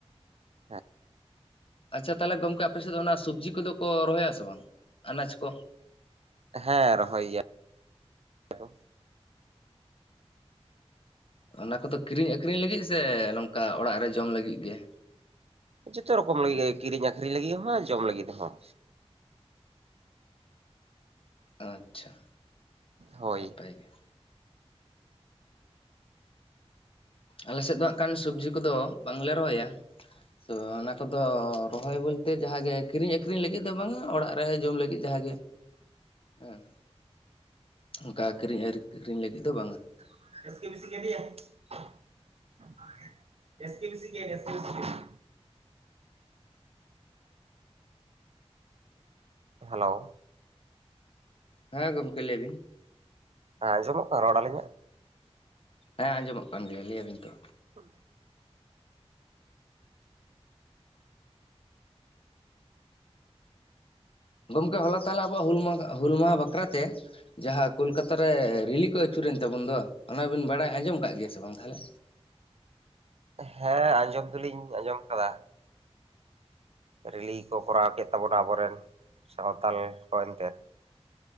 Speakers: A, on the right; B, on the left.
A: ᱦᱮᱸ
B: ᱟᱪᱪᱷᱟ ᱛᱟᱦᱚᱞᱮ ᱜᱚᱢᱠᱮ ᱟᱯᱮ ᱥᱮᱫ ᱫᱚ ᱚᱱᱟ ᱥᱚᱵᱽᱡᱤ ᱠᱚᱫᱚ ᱠᱚ ᱨᱚᱦᱚᱭᱟ ᱥᱮ ᱵᱟᱝ ᱟᱱᱟᱡ ᱠᱚ?
A: ᱦᱮᱸ ᱨᱚᱦᱚᱭ ᱜᱮᱭᱟ᱾ ᱠᱚ
B: ᱚᱱᱟ ᱠᱚᱫᱚ ᱠᱤᱨᱤᱧ ᱟᱹᱠᱷᱨᱤᱧ ᱞᱟᱹᱜᱤᱫ ᱥᱮ ᱱᱚᱝᱠᱟ ᱚᱲᱟᱜ ᱨᱮ ᱡᱚᱢ ᱞᱟᱹᱜᱤᱫ ᱜᱮ
A: ᱡᱚᱛᱚ ᱨᱚᱠᱚᱢ ᱞᱟᱹᱜᱤᱫ ᱠᱤᱨᱤᱧ ᱟᱠᱷᱨᱤᱧ ᱞᱟᱹᱜᱤᱫ ᱦᱚᱸ ᱡᱚᱢ ᱞᱟᱹᱜᱤᱫ ᱦᱚᱸ
B: ᱟᱪᱷᱟ
A: ᱦᱳᱭ
B: ᱱᱟᱯᱟᱭ ᱜᱮ ᱟᱞᱮ ᱥᱮᱫ ᱫᱚ ᱦᱟᱜ ᱠᱷᱟᱱ ᱥᱚᱵᱽᱡᱤ ᱠᱚᱫᱚ ᱵᱟᱝᱞᱮ ᱨᱚᱦᱚᱭᱟ ᱛᱚ ᱚᱱᱟ ᱠᱚᱫᱚ ᱨᱚᱦᱚᱭ ᱵᱚᱞᱛᱮ ᱡᱟᱦᱟᱸ ᱜᱮ ᱠᱤᱨᱤᱧ ᱟᱠᱷᱨᱤᱧ ᱞᱟᱹᱜᱤᱫ ᱫᱚ ᱵᱟᱝᱟ ᱚᱲᱟᱜ ᱨᱮ ᱡᱚᱢ ᱞᱟᱹᱜᱤᱫ ᱡᱟᱦᱟᱸᱟᱜ ᱜᱮ ᱦᱮᱸ ᱚᱱᱠᱟ ᱠᱤᱨᱤᱧ ᱟᱹᱠᱷᱨᱤᱧ ᱞᱟᱹᱜᱤᱫ ᱫᱚ ᱵᱟᱝᱟ᱾
A: <unintelligible> ᱦᱮᱞᱳ
B: ᱦᱮᱸ ᱜᱚᱝᱠᱮ ᱞᱟᱹᱭ ᱵᱤᱱ
A: ᱮᱸ ᱟᱡᱚᱢᱚᱜ ᱠᱟᱱᱟ ᱨᱚᱲ ᱟᱹᱞᱤᱧᱟ?
B: ᱦᱮᱸ ᱟᱸᱡᱚᱢᱚᱜ ᱠᱟᱱ ᱜᱮᱭᱟ ᱞᱟᱹᱭ ᱟᱵᱤᱱ ᱛᱚ᱾
A: ᱦᱩ
B: ᱜᱚᱢᱠᱮ ᱦᱚᱞᱟ ᱛᱟᱦᱮ ᱟᱵᱚᱣᱟᱜ ᱦᱩᱞ ᱢᱟ ᱦᱩᱞ ᱢᱟᱦᱟ ᱵᱟᱠᱷᱨᱟ ᱛᱮ ᱡᱟᱦᱟᱸ ᱠᱳᱞᱠᱟᱛᱟ ᱨᱮ ᱨᱤᱞᱤ ᱠᱚ ᱟᱹᱪᱩᱨᱮᱱ ᱛᱟᱵᱚᱱ ᱫᱚ ᱚᱱᱟᱵᱤᱱ ᱵᱟᱲᱟᱭ ᱟᱸᱡᱚᱢ ᱟᱠᱟᱫ ᱜᱮᱭᱟ ᱥᱮ ᱵᱟᱝ ᱛᱟᱦᱚᱞᱮ?
A: ᱦᱮᱸ ᱟᱸᱡᱚᱢ ᱫᱚᱞᱤᱧ ᱟᱸᱡᱚᱢ ᱟᱠᱟᱫᱟ ᱨᱤᱞᱤ ᱠᱚ ᱠᱚᱨᱟᱣ ᱠᱮᱫ ᱛᱟᱵᱚᱱᱟ ᱟᱵᱚᱨᱮᱱ ᱥᱟᱶᱛᱟᱞ ᱠᱚ ᱮᱱᱛᱮᱫ